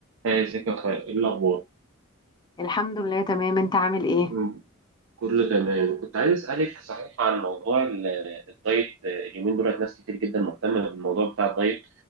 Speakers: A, on the right; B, on the left.
A: هاي ازيك يا اخويا ايه الاخبار
B: الحمد لله تمام انت عامل ايه
A: مم. كله تمام كنت عايز اسالك صحيح عن موضوع ال- الدايت اليومين دولت ناس كتير جدا مهتمه بالموضوع بتاع الدايت